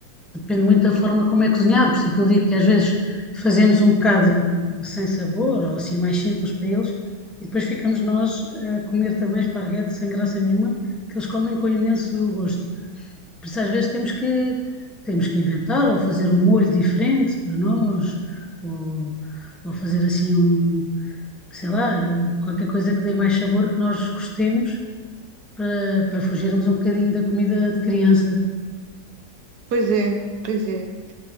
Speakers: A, in the centre; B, on the right (about 70°).
A: Depende muito da forma como é cozinhado, por isso é que eu digo que às vezes fazemos um bocado sem sabor, ou assim mais simples para eles, e depois ficamos nós a comer também esparguete sem graça nenhuma, que eles comem com imenso gosto. Por isso às vezes temos que, temos que inventar, ou fazer um molho diferente para nós, ou, ou fazer assim um, sei lá, qualquer coisa que dê mais sabor que nós gostemos, para, para fugirmos um bocadinho da comida de criança.
B: Pois é, pois é.